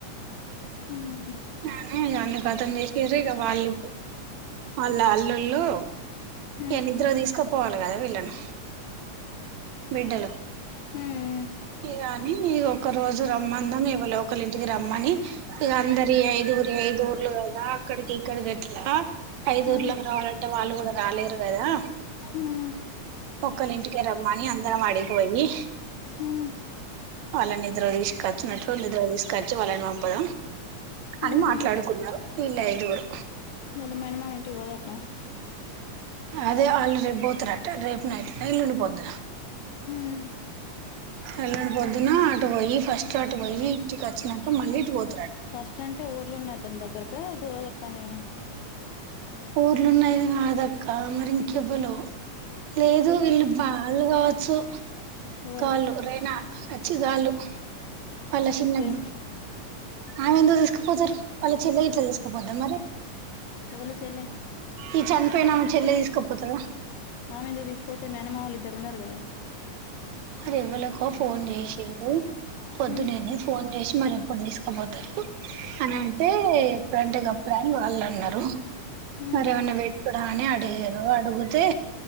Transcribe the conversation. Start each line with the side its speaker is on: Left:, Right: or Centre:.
Left: మ్
Right: ఆహు ఈ అన్ని కదలు తీసిరి ఇక వాళ్లే అళ్ళా అల్లుళ్ళు
Left: హ్మ్
Right: ఏ న్నిద్ద్ర తీసుకోపోవాలిగా వీళ్ళను బిడ్డలు
Left: హమ్
Right: ఇ గాని ని ఒకరోజు రమ్మందాం ఎవ లోకలి ఇంటికి రమ్మని ఇగ అందరి ఐదుగురు ఈ ఐదుఊర్లు కదా అక్కడికి ఇక్కడికి ఎట్లా ఐదుూర్లోకి
Left: హ్మ్
Right: రావాలంటే వాళ్ళు కూడా రాలేరు గదా
Left: హ్మ్
Right: ఒకలి ఇంటికే రమ్మని అందరం అడిగిపోయి
Left: హ్మ్
Right: వాళ్ళని నిద్ర తీసుకొచ్చునట్లు నిద్ర తీసుకొచ్చి వాళ్ళని పంపద
Left: హ్మ్
Right: అని మాట్లాడుకున్నారు వీళ్ళఐదుగురు
Left: నిన్న మేనమామ ఇంటికి పోదట
Right: అదే వాళ్ళు రేపు పోతారట. రేపు నైట్ న ఏల్లుండిపోద్ద
Left: హ్మ్
Right: ఎళ్లాని పొద్దున అటు పోయి ఫస్ట్ అటు పోయి ఇంటికి వచ్చినాక మళ్ళీ ఇటు పోద్
Left: ఫస్ట్ అంటే ఊర్ల ఉన్న అతను దగ్గరకా గోదరి కాని
Right: ఊర్లున్నాయిది కాదక్క మరింకెబులు లేదు వీళ్ళు పాల్ కావచ్చు.
Left: ఎవరు
Right: కాళ్ళు అచ్చి గాలు వాళ్ళ చిన్న
Left: రే
Right: ఆమె ఎందుకు తీస్కపోతరు వాళ్ళ చెల్ల గిట్లా తీస్కపోత్దా మరి
Left: ఎవళ చెల్లె
Right: ఈ చనిపోయినామె చెల్ల తీస్కపోతదా
Left: ఆమె ఎందుక్ తీస్కపోతది మేనమామల్ ఇద్దర్ ఉన్నార్ కదా
Right: మరి ఎవలకో ఫోన్ చేసిండు పొద్దునేనే
Left: హ్మ్
Right: ఫోన్ చేసి మరి వర్ తీస్కపోతరు అనంటే ఎప్పుడంటే గప్పుడే అని వాళ్ళన్నరు.
Left: హ్మ్
Right: మరేమన్నా పెట్టుడా అని అడిగిర్రు అడుగుతే